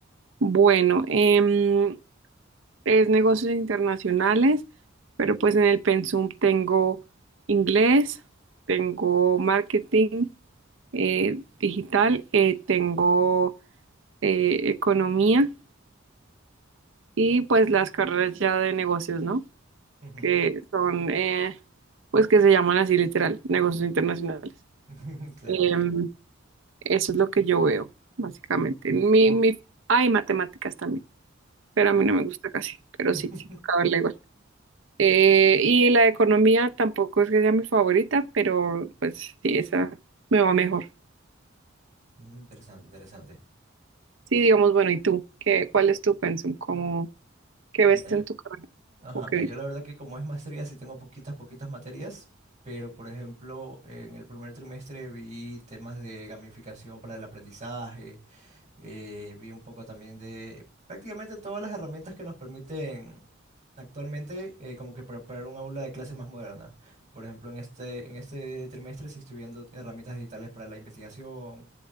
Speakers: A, on the right; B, on the right.
A: Bueno, em, es negocios internacionales, pero pues en el pensum tengo inglés, tengo marketing eh, digital, eh, tengo eh, economía y pues las carreras ya de negocios, ¿no?
B: Ujú.
A: que son, eh, pues que se llaman así literal, negocios internacionales.
B: <laughs> Claro.
A: Em, eso es lo que yo veo, básicamente. Mi, mi, hay matemáticas también, pero a
B: Oh.
A: mí no me gusta casi, pero
B: <laughs>
A: sí, sí, toca verla igual. Eh, y la economía tampoco es que sea mi favorita, pero pues sí, esa me va mejor.
B: Mm, Interesante, interesante.
A: Sí, digamos, bueno, ¿y tú? ¿Qué, cuál es tu pensum? ¿Cómo, qué
B: Mira,
A: ves
B: yo-
A: en tu carrera?
B: Ajá,
A: ¿O qué
B: mira,
A: viste?
B: yo la verdad que como es maestría sí tengo poquitas, poquitas materias, pero por ejemplo, en el primer trimestre vi temas de gamificación para el aprendizaje, eh, vi un poco también de prácticamente todas las herramientas que nos permiten actualmente eh, como que preparar un aula de clase más moderna. Por ejemplo, en este, en este trimestre sí estoy viendo herramientas digitales para la investigación,